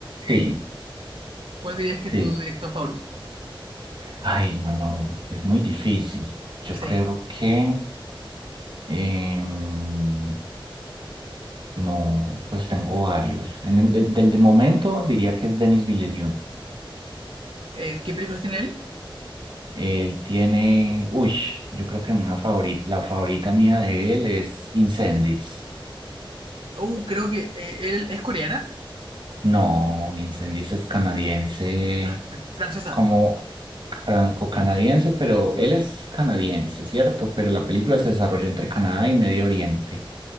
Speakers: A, on the right; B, on the right.
A: Sí,
B: ¿Cuál dirías que es
A: sí.
B: tu director favorito?
A: Ay, no, no, es muy difícil. Yo
B: Sí.
A: creo que em, no, pues tengo varios. En el, del, del momento diría que es Denis Villeneuve.
B: Eh, ¿qué películas tiene él?
A: Él tiene, uy, yo creo que una favorita, la favorita mía de él es Incendies.
B: Uh, creo que eh, él es coreana.
A: No, Incendies es canadiense,
B: Ah, can- francesa.
A: como franco-canadiense, pero él es canadiense, ¿cierto? Pero la película se desarrolla entre Canadá y Medio Oriente.